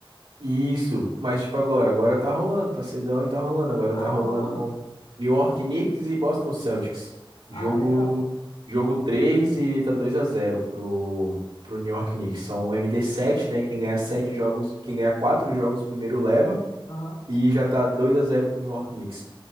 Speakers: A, on the right; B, on the left.
A: Isso, mas tipo agora, agora tá rolando, tá cedão e tá rolando. Agora
B: Ah,
A: tá rolando
B: tá rolando?
A: New York Knicks e Boston Celtics. Jogo,
B: Ah, legal.
A: jogo 3 e tá 2 a zero pro, pro New York Knicks. São o md sete né? Quem ganhar sete jogos, quem ganhar quatro jogos primeiro leva.
B: Aham.
A: E já tá 2 a zero pro New York Knicks.